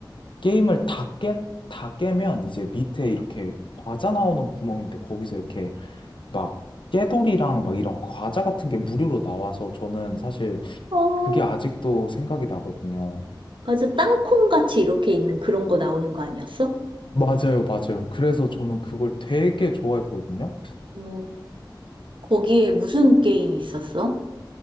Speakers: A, on the left; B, on the right.
A: 게임을 다 깨, 다 깨면 이제 밑에 이렇게 과자 나오는 구멍인데 거기서 이렇게 막 깨돌이랑 막 이런 과자 같은 게 무료로 나와서 저는 사실
B: 어,
A: 그게 아직도 생각이 나거든요.
B: 맞아. 땅콩같이 이렇게 있는 그런 거 나오는 거 아니었어?
A: 맞아요, 맞아요. 그래서 저는 그걸 되게 좋아했거든요.
B: 어, 거기에 무슨 게임 있었어?